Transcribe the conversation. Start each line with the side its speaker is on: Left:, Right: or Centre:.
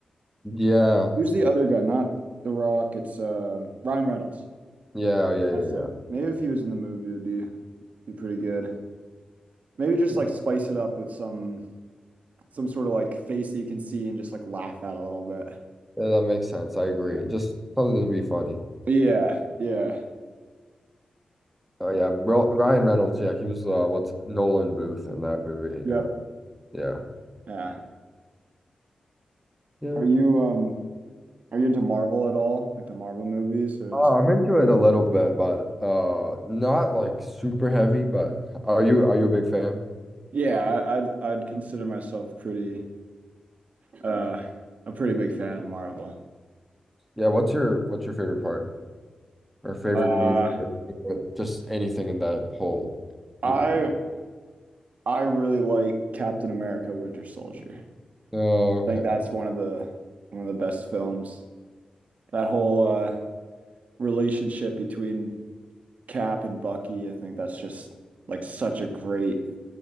Centre: yeah,
Right: Who's the other guy? Not The Rock. It's um Ryan Reynolds.
Centre: yeah, yeah, yeah,
Right: That's him. Maybe if he was in the movie, it would be be pretty good. Maybe just
Centre: yeah.
Right: like spice it up with some some sort of like face that you can see and just like laugh at a little bit.
Centre: Yeah, that makes sense. I agree.
Right: Yeah.
Centre: Just something to be funny.
Right: Yeah. Yeah.
Centre: Oh yeah, Bro Ryan Reynolds. Yeah, he was uh, what's Nolan Booth in that movie.
Right: Yep.
Centre: Yeah, yeah,
Right: Yeah.
Centre: yeah.
Right: Are you um are you into Marvel at all? Like the Marvel movies or
Centre: Uh,
Right: this?
Centre: I'm into it a little bit, but uh, not like super heavy. But are you are you a big fan?
Right: Yeah, I, I'd I'd consider myself pretty uh a pretty big fan of Marvel.
Centre: Yeah. What's your what's your favorite part? or favorite
Right: Uh
Centre: movie or favorite- just anything in that whole
Right: I
Centre: universe.
Right: I really like Captain America Winter Soldier.
Centre: Oh, okay.
Right: I think that's one of the one of the best films. that whole uh relationship between Cap and Bucky, I think that's just like such a great,